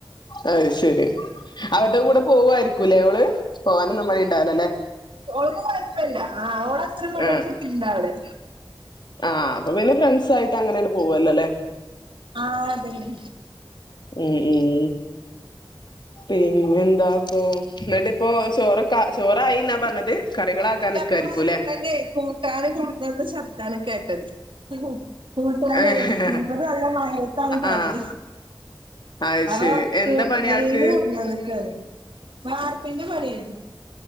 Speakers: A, on the left (about 60°); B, on the right (about 75°).
A: അ ശരി അവരുടെ കൂടെ പോവുയിരിക് കുലകള് പോവാനൊന്നും മഴി ഉണ്ടാവലോല്ലേ
B: ഒളന്നും കുഴപ്പമില്ല ആ് ഓർ അത്രയും വന്നരു
A: ആഹ്
B: കുട്ടിണ്ട അവളെ
A: ആഹ് അപ്പൊ പിന്നെ ഫ്രണ്ട്സ ആയിട്ട് അങ്ങനെയാണ് പോവല്ലോല്ലേ
B: ആ അതല്ലെ
A: ഉം ഉം പിന്നെ എന്താപ്പ എന്നിട്ടിപ്പോ ചോറക്ക ചോറായിന്നാ പറഞ്ഞത് കറികളാക്കാൻ
B: ആ എ്റെ
A: നിക്കായിരിക്കൂല്ലേ
B: അപ്പൊ അസ്മന്റ കക്കെ കൊടുന്നന്ന് ശബ്ദാണ് കേ കേട്ടത് കൂട്ട
A: ആഹ്
B: മൂപ്പ നല്ല മയത്താണ് പണി
A: ആഹ് അത്
B: അ
A: ശരി എന്താ പണി
B: മീന്
A: ആൾക്ക്
B: കൊടന്നന്നക്കാണ് വാർപ്പിന്റെ പണിയണ്ട്